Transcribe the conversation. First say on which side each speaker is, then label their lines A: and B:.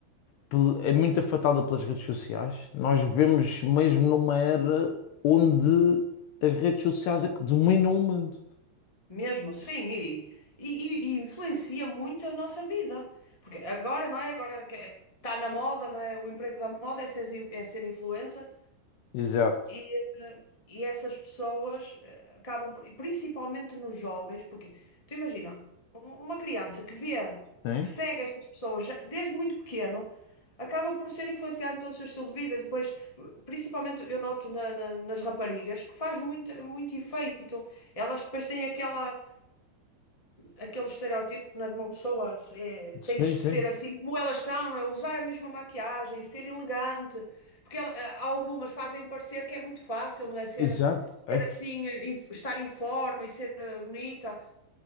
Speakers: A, on the left; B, on the left.
A: pel- é muito afetada pelas redes sociais. Nós vivemos mesmo numa era onde as redes sociais é que dominam o mundo.
B: mesmo sim e, e, e influencia muito a nossa vida. Porque agora, não é? Agora que está na moda, não é? O emprego da moda é ser, é ser influencer.
A: Exato.
B: E, eh, e essas pessoas eh, acabam, por- e principalmente nos jovens, porque tu imagina, um- uma criança que vê,
A: Sim,
B: que segue estas pessoas já- desde muito pequeno, acaba por ser influenciada em todo o seu estilo de vida. E Depois, principalmente eu noto na- na- nas raparigas, que faz muito, muito efeito. Elas depois têm aquela aquele estereótipo né, de uma pessoa é, tem
A: sim,
B: que
A: sim.
B: ser assim como elas são, não é? Usar a mesma maquiagem, ser elegante, porque ela- há algumas fazem parecer que é muito fácil, não é? Ser,
A: Exato.
B: ser
A: É, f-
B: assim, eh, em- estar em forma e ser eh, bonita,